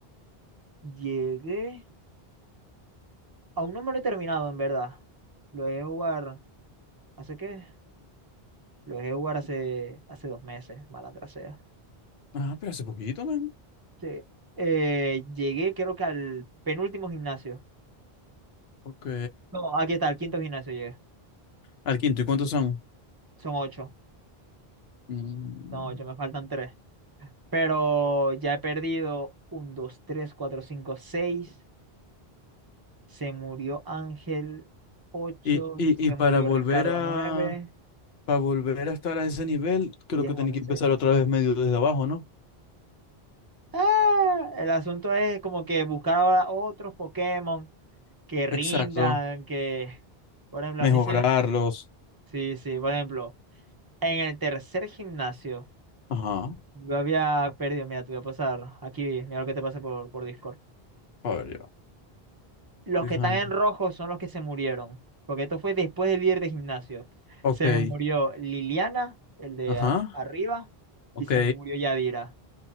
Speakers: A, on the right; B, on the left.
A: llegué. Aún no me lo he terminado, en verdad. Lo dejé jugar. ¿Hace qué? Lo dejé jugar hace, hace dos meses, malandra sea.
B: Ah, pero hace poquito, man.
A: Sí. Eh, llegué, creo que al penúltimo gimnasio.
B: Ok.
A: No, aquí está, al quinto gimnasio llegué.
B: Al quinto, ¿y cuántos son?
A: Son ocho.
B: Mm.
A: Son ocho, me faltan tres. Pero ya he perdido un, dos, tres, cuatro, cinco, seis. Se murió Ángel ocho
B: Y, y,
A: se
B: y para
A: murió
B: volver
A: Ricardo
B: a
A: nueve
B: para volver a estar a ese nivel, creo
A: diez
B: que tenía
A: once
B: que empezar otra vez medio desde abajo, ¿no?
A: Ah, el asunto es como que buscar ahora otros Pokémon que rindan,
B: Exacto.
A: que, por ejemplo,
B: Mejorarlos.
A: a mí se... Sí, sí, por ejemplo, en el tercer gimnasio
B: Ajá.
A: yo había perdido, mira, te voy a pasar aquí, mira lo que te pasé por, por Discord.
B: A ver yo.
A: Los
B: Dirham.
A: que están en rojo son los que se murieron, porque esto fue después del líder de gimnasio.
B: Ok.
A: Se me murió Liliana, el de
B: Ajá.
A: a- arriba,
B: Ok.
A: y se me murió Yadira.